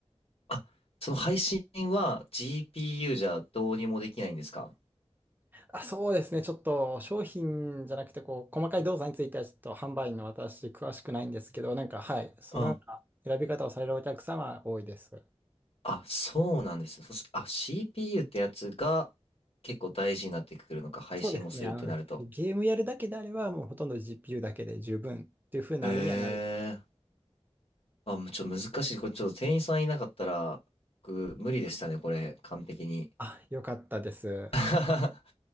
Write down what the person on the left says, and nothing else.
あ、その配信は GPU じゃどうにもできないんですか
うん。あ、そうなんです。そしあ、CPU ってやつが結構大事になってくるのか、配信もするってなると。
ええあ、もうちょっと難しい。これちょっと店員さんいなかったら、僕無理でしたね、これ、完璧に。
<laughs>